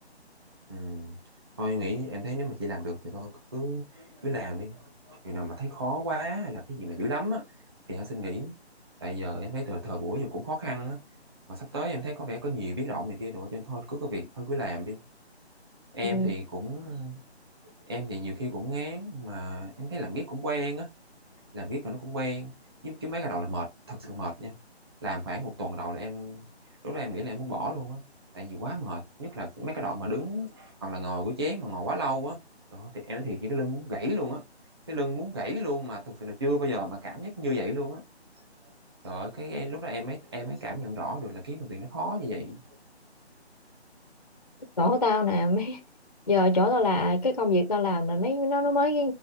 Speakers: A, on the right; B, on the left.
A: ừ. thôi nghĩ em thấy nếu mà chị làm được thì thôi cứ cứ làm đi Chừng nào mà thấy khó quá hay là cái gì mà dữ lắm á thì hãy xin nghỉ tại giờ em thấy thời thời buổi giờ cũng khó khăn á mà sắp tới em thấy có vẻ có nhiều biến động này kia rồi cho nên thôi cứ có việc thôi cứ làm đi em
B: Ừ.
A: thì cũng em thì nhiều khi cũng ngán mà em thấy làm biết cũng quen á làm riết rồi nó cũng quen chứ, chứ mấy cái đầu là mệt thật sự mệt nha làm khoảng một tuần đầu là em lúc đó em nghĩ là em muốn bỏ luôn á tại vì quá mệt nhất là mấy cái đoạn mà đứng hoặc là ngồi của chén mà ngồi quá lâu á đó, thì em nói thiệt với cái lưng muốn gãy luôn á cái lưng muốn gãy luôn mà thực sự là chưa bao giờ mà cảm giác như vậy luôn á trời ơi, cái em, lúc đó em mới em mới cảm nhận rõ được là kiếm đồng tiền nó khó như vậy
B: chỗ tao nè mấy giờ chỗ tao là cái công việc tao làm là mấy nó nó mới